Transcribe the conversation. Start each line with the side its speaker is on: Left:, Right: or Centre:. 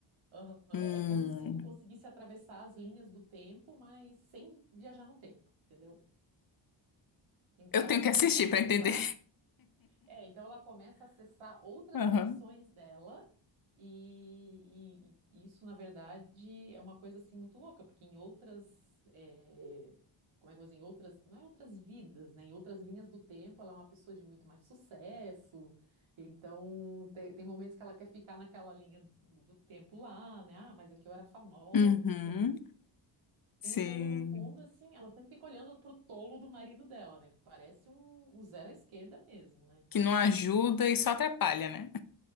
Right: Aham,
Left: Hum.
Right: É como se tu conseguisse atravessar as linhas do tempo, mas sem viajar no tempo, entendeu? Então
Left: Eu
Right: ela
Left: tenho
Right: começa
Left: que assistir
Right: a acessar,
Left: pra entender.
Right: é, então ela começa a acessar outras
Left: <laughs> Aham.
Right: versões dela E, e- e isso, na verdade, é uma coisa assim muito louca, porque em outras, eh, como é que eu vou dizer, em outras, não é outras vidas, né? Em outras linhas do tempo, ela é uma pessoa de muito mais sucesso. Então, te- tem, momentos que ela quer ficar naquela linha do, do tempo lá, né? Ah, mas aqui eu era famosa,
Left: Uhum.
Right: não sei.
Left: Sim.
Right: E no fundo, no fundo, assim, ela sempre fica olhando pro tolo do marido dela, né? Que parece um, um zero à esquerda mesmo, né?
Left: que não ajuda e só atrapalha, né?